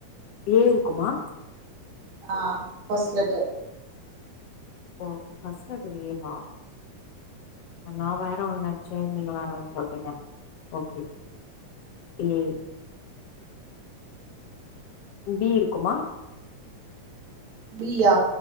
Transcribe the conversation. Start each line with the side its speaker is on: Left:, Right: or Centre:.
Left: ஏ இருக்குமா
Right: ஆ first letter
Left: O first letter A வா நா வேற ஒன்னு நெனச்சே நீங்க வேற ஒண்ணு சொல்றீங்க ஓக்கே எ பிடி இருக்குமா
Right: பி யா